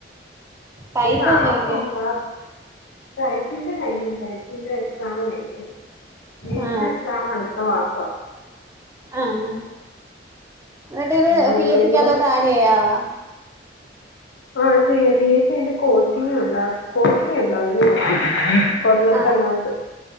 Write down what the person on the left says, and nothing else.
പിന്നെ നാളെ പോണ്ട ടൈപ്പിൻ്റെ കഴിഞ്ഞു ടൈപ്പിൻ്റെ എക്സാം കഴിഞ്ഞ് ഇതിൻ്റെ
എക്സാം അടുത്ത മാസം
പിന്നെ അതിന്റെയും
കൂടെ
ആഹ് ചെയ്യാം പി എസ് സിന്റെ കോച്ചിങ്ങ് ഉണ്ട് കോച്ചിങ്ങ് ഉണ്ട് അതിന് പോണം കൊല്ലത്തെങ്ങാണ്ട്